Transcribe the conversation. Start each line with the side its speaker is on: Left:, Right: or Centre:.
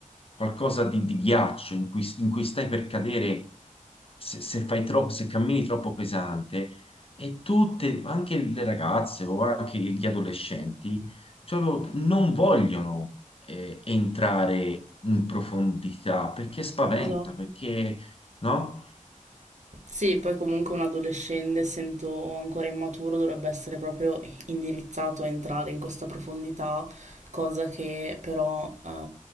Left: qualcosa di, di ghiaccio in cui, in cui stai per cadere se se fai troppo, se cammini troppo pesante e tutte, anche le ragazze o anche gli adolescenti, proprio non vogliono eh, entrare in profondità perché spaventa,
Right: esatto.
Left: perché no?
Right: Sì, poi comunque un adolescente, essendo ancora immaturo, dovrebbe essere proprio indirizzato a entrare in questa profondità, cosa che però eh,